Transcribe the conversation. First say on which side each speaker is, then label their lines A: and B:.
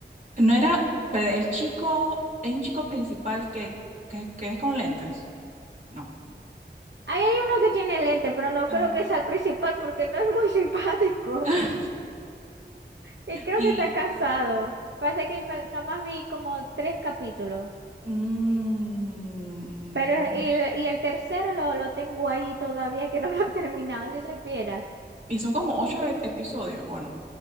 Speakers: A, on the right; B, on the right.
A: no era pe- el chico, hay un chico principal que, que, que es con lentes. No.
B: Ahí hay uno que tiene lente, pero no
A: Ah.
B: creo que sea el principal porque no es muy <laughs> simpático.
A: <laughs>
B: Y creo
A: Y,
B: que está casado. Pasa que me- nada más vi como tres capítulos.
A: mm,
B: Pero y, el- y el tercero lo, lo tengo ahí todavía que no lo he terminado, si supieras.
A: y son como ocho ep- episodios, ¿o no?